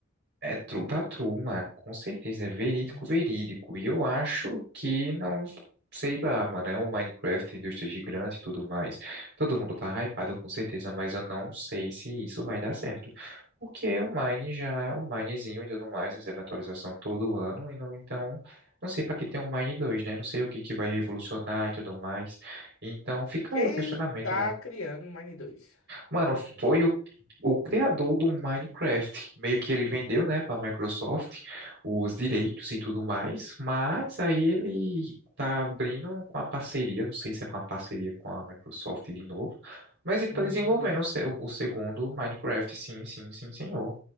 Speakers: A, on the right; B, on the left.
A: É true da true, mano, com certeza, é verídico,
B: Hum.
A: verídico. E eu acho que não, sei lá, mano, é um Minecraft, indústria gigante e tudo mais. Todo mundo tá hypado com certeza, mas eu não sei se isso vai dar certo. Porque o Mine já é um Minezinho e tudo mais, recebe atualização todo ano, e não, então, não sei pra que tem um Mine dois né? Não sei o que que vai revolucionar e tudo mais. Então, fica
B: Quem
A: aí o questionamento,
B: tá
A: né?
B: criando o Mine 2?
A: Mano, foi o, o criador do Minecraft. Meio que ele vendeu, né, para Microsoft os direitos e tudo mais, mas aí ele tá abrindo uma parceria, não sei se é com a parceria com a Microsoft de novo, mas ele
B: Com
A: tá desenvolvendo
B: o Wood, né?
A: o, se- o segundo Minecraft, sim, sim, sim, senhor.